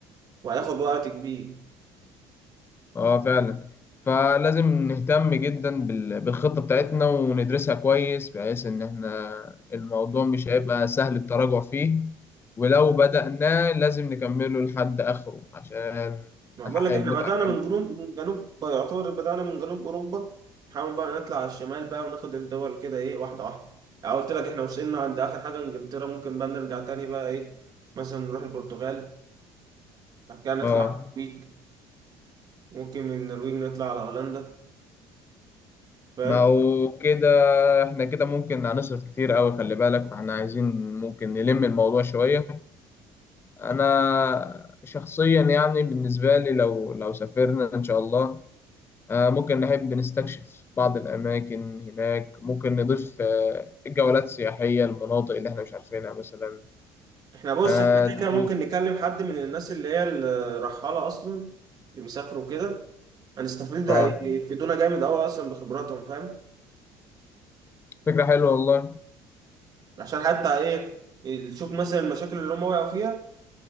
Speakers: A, on the right; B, on the left.
A: وهياخد وقت كبير
B: اه فعلا فلازم نهتم جدا بال- بالخطة بتاعتنا وندرسها كويس بحيث ان احنا الموضوع مش هيبقى سهل التراجع فيه ولو بدأناه لازم نكمله لحد آخره عشان
A: ما
B: نحقق
A: بقول لك احنا
B: المتعة
A: بدأنا
B: كاملة
A: من جنوب من جنوب يعتبر بدأنا من جنوب أوروبا نحاول بقى نطلع على الشمال بقى وناخد الدول كده ايه واحدة واحدة يعني قلت لك احنا وصلنا عند آخر حاجة إنجلترا ممكن بقى نرجع تاني بقى ايه مثلا نروح البرتغال بعد كده نطلع
B: اه
A: على النرويج ممكن من النرويج نطلع على هولندا فاهم
B: ما هو كده احنا كده ممكن هنصرف كتير قوي خلي بالك فاحنا عايزين ممكن نلم الموضوع شوية انا شخصيا يعني بالنسبة لي لو لو سافرنا ان شاء الله آه، ممكن نحب نستكشف بعض الأماكن هناك ممكن نضيف آه، جولات سياحية المناطق اللي احنا مش عارفينها مثلا
A: احنا بص
B: آه،
A: احنا كده كده ممكن نكلم حد من الناس اللي هي الرحالة أصلا اللي بيسافروا كده هنستفيد
B: آه،
A: هيفيدونا جامد أوي أصلا بخبراتهم فاهم
B: فكرة حلوة والله
A: عشان حتى ايه نشوف مثلا المشاكل اللي هم وقعوا فيها